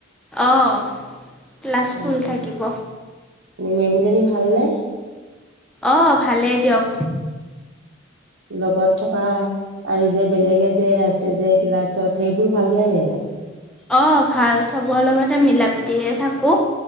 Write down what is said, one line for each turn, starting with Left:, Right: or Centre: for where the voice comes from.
Centre: অ', ক্লাছ ফুল
Right: উম,
Centre: থাকিব।
Right: এনে মেমজনী ভালনে?
Centre: অ', ভালেই দিয়ক।
Right: লগত থকা আৰু যে বেলেগে যে আছে যে ক্লাছত সেইবোৰ ভালনে বেয়া?
Centre: অ', ভাল চবৰ লগতে মিলা প্ৰীতিৰে থাকো।